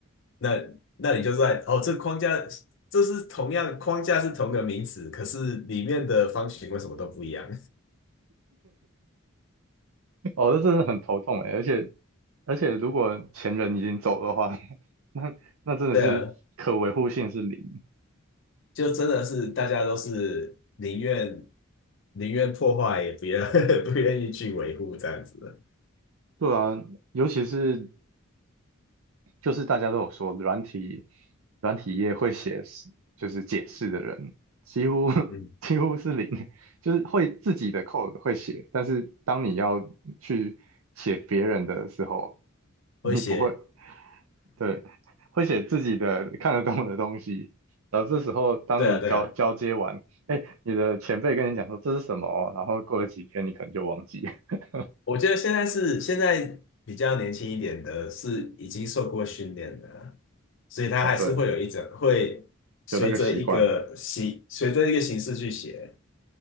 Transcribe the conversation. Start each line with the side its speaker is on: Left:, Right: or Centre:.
Left: 那那你就在哦，这框架这是同样框架是同个名词，可是里面的方形为什么都不一样？
Right: 哦，这真的很头痛哎，而且而且如果前人已经走的话，<laughs> 那那真的是可维护性是零。
Left: 对啊，就真的是大家都是宁愿宁愿破坏，也不愿 <laughs> 不愿意去维护这样子的。
Right: 对啊，尤其是就是大家都有说，软体软体业会写就是解释的人，几乎
Left: 嗯，
Right: <laughs> 几乎是零，就是会自己的 code 会写，但是当你要去写别人的时候，你不会，
Left: 会写，
Right: 对，会写自己的看得懂的东西。然后这时候，
Left: <laughs>
Right: 当你交交接完，
Left: 对啊，对啊。
Right: 哎，你的前辈跟你讲说这是什么哦然后过了几天，你可能就忘记。<laughs>
Left: 我觉得现在是现在比较年轻一点的，是已经受过训练的啊所以他还是会有一种会随着一个形随着一个形式去写。
Right: 哦，对，有那个习惯。